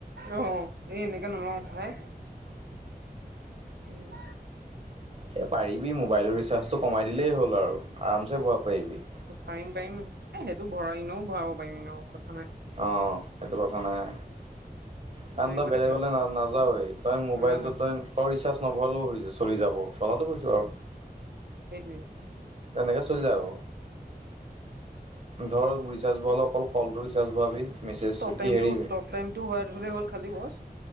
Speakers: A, on the right; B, on the right.
A: অঁ' এই এনেকে নলওঁ ভাই। উম,
B: এ পাৰিবি মোবাইলৰ ৰিচাৰ্জটো কমাই দিলেই হ'ল আৰু, আৰাম চে ভৰাব পাৰিবি।
A: পাৰিম পাৰিম। এ সেইটো ভৰা ইনেও ভৰাব পাৰিম ইনেও‌ ঔষধ।
B: অঁ' সেটো কথা নাই।
A: কিন্তু
B: কাৰন তই
A: মানে
B: বেলেগলে
A: চা
B: না নাযাৱওৱে, তই মোবাইলটো
A: নাযাওঁ
B: তই তই ৰিচাৰ্জ নভৱালেও হৈ চলি যাব। কথাতো কৈছো আৰু।
A: সেইটোৱেই।
B: তেনেকে চলি যায় আৰু। ধৰ ৰিচাৰ্জ ভৰালেও অকল কলটো ৰিচাৰ্জ ভৰাবি। মেছেজ
A: ট'ক টাইম
B: কি হেৰি
A: টো ট'ক টাইম টো ভৰাই থলে হ'ল খালি বছ।